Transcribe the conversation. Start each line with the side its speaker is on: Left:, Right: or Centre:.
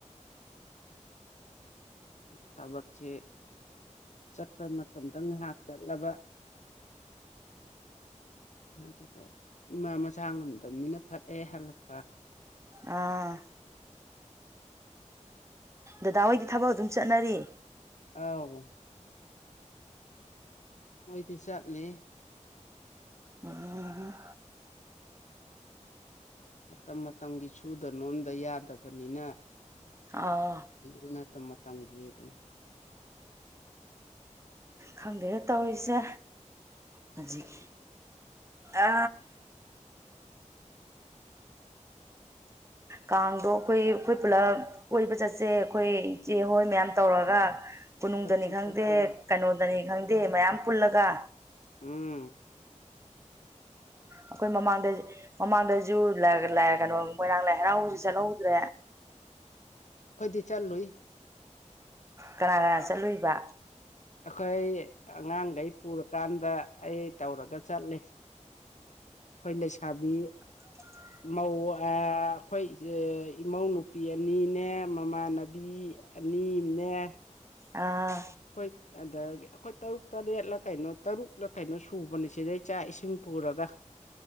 Left: ꯊꯕꯛꯁꯦ ꯆꯠꯄ ꯃꯇꯝꯗ ꯉꯥꯏꯍꯥꯛ ꯆꯠꯂꯕ ꯑꯗꯨꯒ ꯏꯃꯥ ꯃꯆꯥ ꯉꯝꯗꯕꯅꯤꯅ ꯐꯠꯑꯦ ꯍꯜꯂꯛꯄ
Right: ꯑꯥ ꯗꯗꯥ ꯍꯣꯏꯗꯤ ꯊꯕꯛ ꯑꯗꯨꯝ ꯆꯠꯅꯔꯤ
Left: ꯑ ꯃꯣꯏꯗꯤ ꯆꯠꯂꯤ
Right: ꯎꯝ
Left: ꯃꯇꯝ ꯃꯇꯝꯒꯤ ꯁꯨꯗ ꯅꯣꯝꯗ ꯌꯥꯗꯕꯅꯤꯅ
Right: ꯑꯥ
Left: ꯎ ꯃꯇꯝ ꯃꯇꯝꯒꯤ ꯑꯗꯨꯅꯤ
Right: ꯈꯪꯗꯦꯅ ꯇꯧꯔꯤꯁꯦ ꯍꯧꯖꯤꯛ ꯑ ꯀꯥꯡꯗꯣ ꯑꯩꯈꯣꯏ ꯑꯩꯈꯣꯏ ꯄꯨꯂꯞ ꯀꯣꯏꯕ ꯆꯠꯁꯦ ꯑꯩꯈꯣꯏ ꯏꯆꯦ ꯍꯣꯏ ꯃꯌꯥꯝ ꯇꯧꯔꯒ ꯀꯣꯅꯨꯡꯗꯅꯤ
Left: ꯆꯠꯁꯤ
Right: ꯈꯪꯗꯦ
Left: ꯆꯠꯁꯤ
Right: ꯀꯩꯅꯣꯗꯅꯤ ꯈꯪꯗꯦ ꯃꯌꯥꯝ ꯄꯨꯜꯂꯒ
Left: ꯎꯝ
Right: ꯑꯩꯈꯣꯏ ꯃꯃꯥꯡꯗ ꯃꯃꯥꯡꯗꯁꯨ ꯀꯩꯅꯣ ꯃꯣꯏꯔꯥꯡ ꯂꯥꯏ ꯍꯔꯥꯎꯕꯁꯨ ꯆꯠꯍꯧꯗ꯭ꯔꯦ
Left: ꯑꯩꯈꯣꯏꯗꯤ ꯆꯠꯂꯨꯏ
Right: ꯀꯅꯥ ꯀꯅꯥ ꯆꯠꯂꯨꯏꯕ
Left: ꯑꯩꯈꯣꯏ ꯑꯉꯥꯡꯈꯩ ꯄꯨꯔꯀꯥꯟꯗ ꯑꯩ ꯇꯧꯔꯒ ꯆꯠꯂꯤ ꯈꯣꯏ ꯂꯩꯁꯕꯤ
Right: ꯇꯨꯇ <inaudible>
Left: ꯃꯧ ꯑꯩꯈꯣꯏ ꯏꯃꯧ ꯅꯨꯨꯄꯤ ꯑꯅꯤꯅꯦ ꯃꯃꯥꯟꯅꯕꯤ ꯑꯅꯤꯃꯥꯅꯦ
Right: ꯑꯥ
Left: ꯍꯣꯏ ꯑꯗ ꯑꯩꯈꯣꯏ ꯇꯔꯨꯛ ꯇꯔꯦꯠꯂ ꯀꯩꯅꯣ ꯇꯔꯨꯛꯂ ꯀꯩꯅꯣ ꯁꯨꯕꯅꯦ ꯁꯤꯗꯩ ꯆꯥꯛ ꯏꯁꯤꯡ ꯄꯨꯔꯒ